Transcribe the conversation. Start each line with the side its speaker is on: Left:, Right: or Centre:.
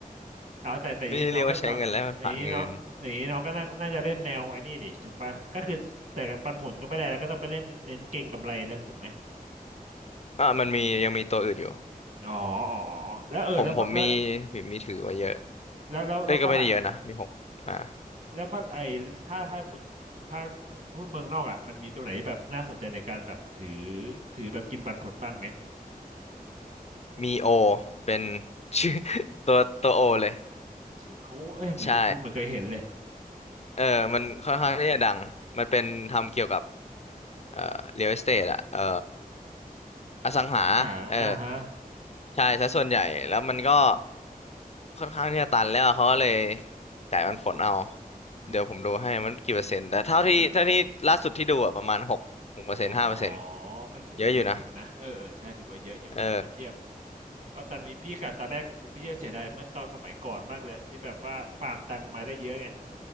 Right: เอาแต่แต่อย่างนี้น้องก็น้องอย่างนี้น้องอย่างนี้น้องก็น่าน่าจะเล่นแนวไอ้นี่ดิถูกปะก็คือแต่ปันผลก็ไม่ได้แล้วก็ต้องไปเล่นเน้นเก่งกำไรนะถูกไหม
Left: <laughs> ไม่ได้เรียกว่าใช้เงินแล้วมันผลาญเงินอ่ะมันมียังมีตัวอื่นอยู่
Right: อ๋ออ๋ออ๋อแล้วเออแล้วฝแล้ว
Left: ผมผมมีมีมีถือไว้เยอะ
Right: แล้วแล้วแล้วฝรั่ง
Left: เอ้ยก็ไม่ได้เยอะนะมีหกอ่า
Right: แล้วฝรั่งไอ้ถ้าถ้าถ้าหุ้นเมืองนอกอ่ะมันมีตัวไหนที่แบบน่าสนใจในการแบบถือถือแบบกินปันผลบ้างไหม
Left: มีโอเป็นชื่อ <laughs> ตัวตัวโอเลย
Right: ชื่อเขาเอ้ยเหมือนคุณคุณเหมือนเคยเห็นเลย
Left: ใช่เออมันค่อนข้างที่จะดังมันเป็นทำเกี่ยวกับเอ่อ real estate อะเออ อสังหา
Right: อ่าอ่าฮะ
Left: เออ ใช่ซะส่วนใหญ่ แล้วมันก็ค่อนข้างที่จะตันแล้วเขาก็เลยจ่ายปันผลเอา
Right: อืม
Left: เดี๋ยวผมดูให้มันกี่เปอร์เซ็นต์ แต่เท่าที่เท่านี้ล่าสุดที่ดูอะประมาณหกหกเปอร์เซ็นต์ห้าเปอร์เซ็นต์
Right: เออ อ๋อก็ถือว่าเยอะอยู่นะเออเออใช่ถือว่าเยอะอยู่นะ
Left: เยอะอยู่นะ เออ
Right: ถ้าเทียบ ก็ตอนนี้พี่กะตอนแรกโหพี่จะเสียดายเมื่อตอนสมัยก่อนมากเลยที่แบบว่าฟาร์มตังมาได้เยอะไง